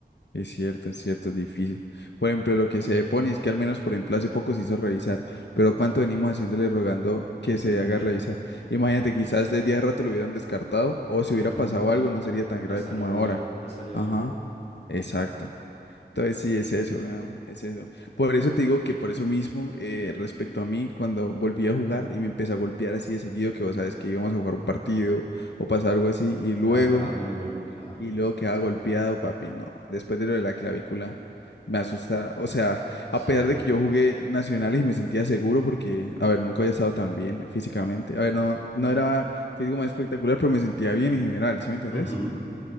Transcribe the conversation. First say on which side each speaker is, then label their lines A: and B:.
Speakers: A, on the left; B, on the left.
A: Es cierto, es cierto, es difícil. Por ejemplo, lo que se pone es que al menos, por ejemplo, hace poco se hizo revisar, pero ¿cuánto venimos haciéndole rogando que
B: Mucho,
A: se haga revisar? Imagínate,
B: mucho.
A: quizás desde hace rato lo hubieran descartado o si
B: Ujú.
A: hubiera pasado algo no sería tan
B: Ya
A: grave
B: estaría
A: como ahora.
B: bien, ya estaría
A: Ajá,
B: bien.
A: exacto. Entonces sí, es eso, weón, es eso. Por eso te digo que por eso mismo, eh, respecto a mí, cuando volví a jugar y me empecé a golpear así de seguido, que vos sabes que íbamos a jugar un partido o pasar algo así, y luego...
B: Cada, cada muy golpeada.
A: Y luego queda golpeado, papi, no. Después de lo de la clavícula, me asusta. O sea,
B: Sí.
A: a pesar de que yo jugué nacionales y me sentía seguro porque, a ver, nunca había estado tan bien físicamente. A ver, no, no era físico más espectacular, pero me sentía bien en general, ¿sí me entendés?
B: Ujú.